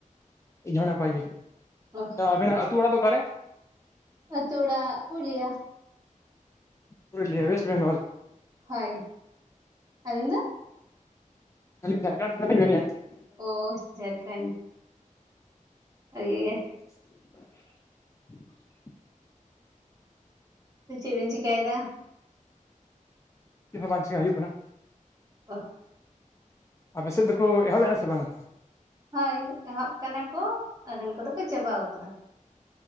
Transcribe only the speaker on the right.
ᱚ
ᱟᱛᱳ ᱚᱲᱟᱜ ᱯᱩᱨᱩᱞᱤᱭᱟ᱾
ᱦᱳᱭ ᱟᱹᱵᱤᱱ ᱫᱚ
ᱳ ᱡᱷᱟᱨᱠᱷᱚᱸᱰ, ᱵᱷᱟ ᱜᱮ᱾
ᱛᱚ ᱪᱮᱫ ᱵᱤᱱ ᱪᱮᱠᱟᱭ ᱮᱫᱟ?
ᱚ
ᱦᱳᱭ ᱮᱦᱚᱵ ᱠᱟᱱᱟ ᱠᱚ ᱟᱫᱷᱮᱱ ᱠᱚᱫᱚ ᱠᱚ ᱪᱟᱵᱟᱣ ᱟᱠᱟᱫᱟ᱾